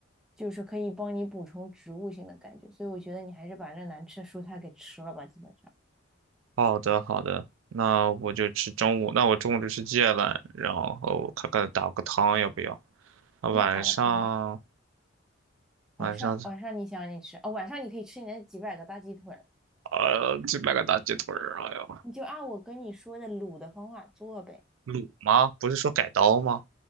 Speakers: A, in the centre; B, on the right.
A: 就是可以帮你补充植物性的感觉，所以我觉得你还是把这难吃的蔬菜给吃了吧，基本上，
B: 好的，好的，那我就吃中午，那我中午就吃芥兰，然后看看打个汤要不要？啊，
A: 呀，
B: 晚上
A: 打个汤，
B: 晚上
A: 晚上晚上你想你吃哦，晚上你可以吃你那几百个大鸡腿儿
B: 呃，去买个大鸡腿儿，哎呀，
A: 你就按我跟你说的卤的方法做呗。
B: 卤吗？不是说改刀吗？